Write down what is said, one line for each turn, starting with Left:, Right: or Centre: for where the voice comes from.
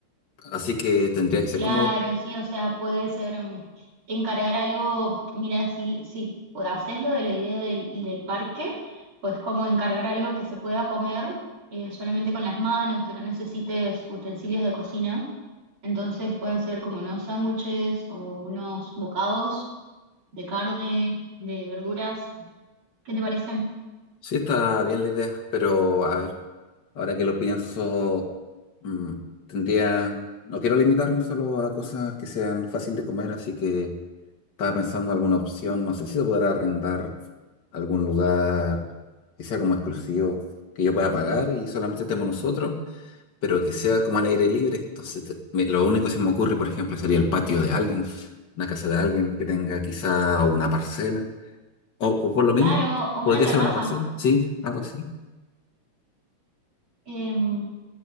Left: Así que tendría que ser
Right: Claro,
Left: como,
Right: sí, o sea, puede ser mm, encargar algo. Mira, si, si haces lo de la idea del, del parque, pues como encargar algo que se pueda comer eh, solamente con las manos, que no necesites utensilios de cocina. Entonces pueden ser como unos sándwiches o unos bocados de carne, de verduras. ¿Qué te parece?
Left: sí, está bien la idea, pero a ver, ahora que lo pienso, mm, tendría, no quiero limitarme solo a cosas que sean fácil de comer, así que Estaba pensando en alguna opción, no sé si se podrá arrendar algún lugar que sea como exclusivo, que yo pueda pagar y solamente estemos nosotros, pero que sea como al aire libre. Entonces, te- me- lo único que se me ocurre, por ejemplo, sería el patio de alguien, una casa de alguien que tenga quizá una parcela, o, o por lo mismo,
Right: Claro, o
Left: podría
Right: una terraza.
Left: ser una parcela, sí, algo así.
Right: Em,